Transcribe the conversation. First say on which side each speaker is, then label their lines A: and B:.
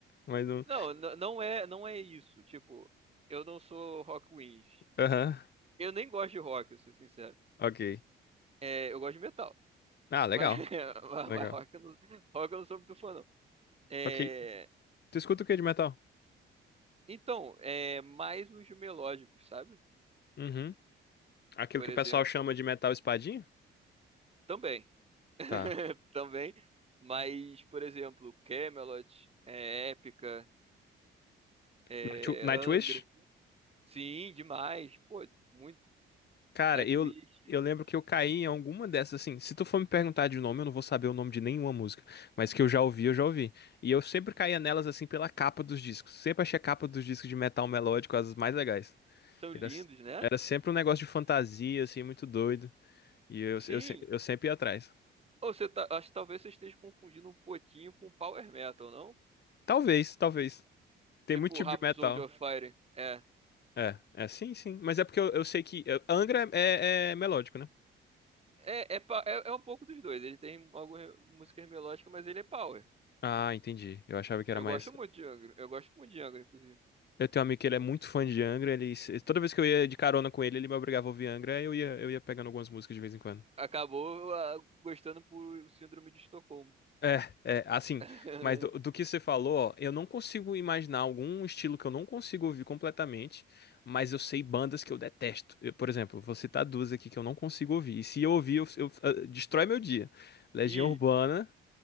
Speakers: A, on the left; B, on the right.
A: Mas não.
B: Não, n- não é, não é isso. Tipo, eu não sou rock wins.
A: Aham,
B: Eu nem gosto de rock, eu sou sincero.
A: ok.
B: É, eu gosto de metal.
A: Ah, legal,
B: Mas, <laughs> mas,
A: legal.
B: mas rock, eu não, rock eu não sou muito fã, não. É,
A: Ok. Tu escuta o que de metal?
B: então, é mais os melódicos, sabe?
A: Uhum. Aquilo
B: Por
A: que
B: exemplo,
A: o pessoal chama de metal espadinha?
B: também. <laughs>
A: Tá.
B: Também. Mas, por exemplo, Camelot, é, Épica, é,
A: Night- Nightwish?
B: Angra. Sim, demais. Pô, muito.
A: Cara,
B: Nightwish.
A: eu, eu lembro que eu caí em alguma dessas, assim. Se tu for me perguntar de nome, eu não vou saber o nome de nenhuma música. Mas que eu já ouvi, eu já ouvi. E eu sempre caía nelas, assim, pela capa dos discos. Sempre achei a capa dos discos de metal melódico as mais legais.
B: São lindos,
A: Era,
B: né?
A: era sempre um negócio de fantasia, assim, muito doido. E eu,
B: Sim.
A: eu, se- eu sempre ia atrás.
B: Ou você tá, acho que talvez você esteja confundindo um pouquinho com Power Metal, não?
A: Talvez, talvez. Tem
B: Tipo
A: muito tipo
B: Rhapsody
A: de metal.
B: of Fire. É.
A: É, é, sim, sim. Mas é porque eu, eu sei que. eu- Angra é, é melódico, né?
B: É, é, pa- é, é um pouco dos dois. Ele tem algumas músicas melódicas, mas ele é power.
A: Ah, entendi. Eu achava que era
B: Eu
A: mais.
B: gosto muito de Angra. Eu gosto muito de Angra, inclusive.
A: Eu tenho um amigo que ele é muito fã de Angra. Ele, se- toda vez que eu ia de carona com ele, ele me obrigava a ouvir Angra. aí Eu ia, eu ia pegando algumas músicas de vez em quando.
B: Acabou ah, gostando por Síndrome de Estocolmo.
A: É, é, assim,
B: <laughs>
A: mas do, do que você falou, ó, eu não consigo imaginar algum estilo que eu não consigo ouvir completamente, mas eu sei bandas que eu detesto. Eu, por exemplo, vou citar duas aqui que eu não consigo ouvir, e se eu ouvir, eu, eu- eh, destrói meu dia. Legião
B: E.
A: Urbana